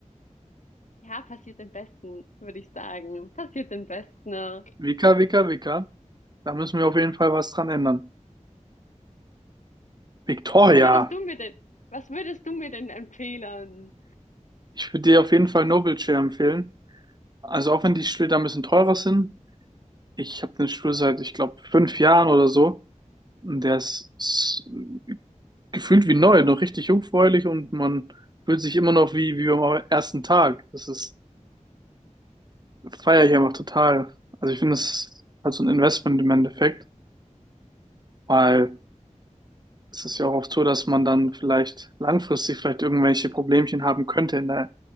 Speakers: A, on the left (about 70°); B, on the right (about 35°).
A: Ja, passiert den Besten, würde ich sagen. Passiert den Besten. Was
B: Vika, Vika, Vika. Da müssen wir auf jeden Fall was dran ändern. Victoria,
A: würdest du mir denn, was würdest du mir denn empfehlen?
B: ich würde dir auf jeden Fall Noble Chair empfehlen. Also auch wenn die Stühle da ein bisschen teurer sind. Ich habe den Stuhl seit, ich glaube, fünf Jahren oder so. Und der ist s- gefühlt wie neu, noch richtig jungfräulich und man fühlt sich immer noch wie, wie am ersten Tag. Das ist, feiere ich einfach total. Also ich finde, das ist halt so ein Investment im Endeffekt, weil es ist ja auch oft so, dass man dann vielleicht langfristig vielleicht irgendwelche Problemchen haben könnte in der,